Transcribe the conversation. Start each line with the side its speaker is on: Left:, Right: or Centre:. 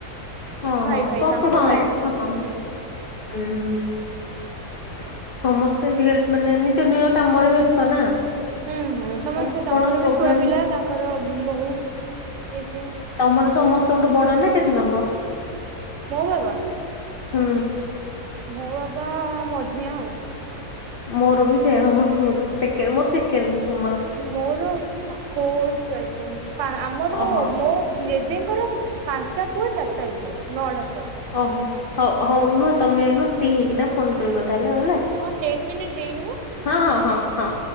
Left: ହଁ
Right: ଭାଇ
Left: ହଁ
Right: ଭାଇ
Left: କଣ
Right: ତାଙ୍କ
Left: ହଁ
Right: ଭାଇ ଭାଇ
Left: ହଁ
Right: ହୁଁ।
Left: ହୁଁ ହୁଁ ସମସ୍ତେ ଆଜିକାଲି ମାନେ ନିଜ ନିଜ କାମରେ ବ୍ୟସ୍ତ ନା
Right: ହୁଁ ହୁଁ ସମସ୍ତେ
Left: କଣ
Right: ତାଙ୍କର
Left: କଣ ପ୍ରୋଗ୍ରାମ
Right: ବି ଛୁଆ ପିଲା ତାଙ୍କର ବୋହୁ ସେ
Left: ତମର ସମସ୍ତଙ୍କଠୁ ବଡ ନା କେତେ ନମ୍ବର?
Right: ମୋ ବାବା
Left: ହୁଁ
Right: ମୋ ବାପା ମଝିଆ ଆଉ।
Left: ମୋର ବି ସେଇଆ ବାପା ମୋଝି ସେକେଣ୍ଡ ମୋର ସେକେଣ୍ଡ ମୋର।
Right: ମୋର <unintelligible> ଆମର
Left: ଓହୋ
Right: ମୋ ଜେଜେଙ୍କର ପାନ୍ ସଟା ପୁଅ ଚାରିଟା ଝିଅ ନଅଟା ଛୁଆ।
Left: ଓହୋ ହଉ ହଉ ନୁହଁ ତମେ ନୁହଁ ଫ୍ରି ହେଇକିନା ଫୋନ୍ କରିବ ତାହେଲେ ଆଉ ହେଲା।
Right: ହଁ ଟେନ୍ ମିନିଟ୍ ହେଇନି ବା।
Left: ହଁ ହଁ ହଁ ହଁ।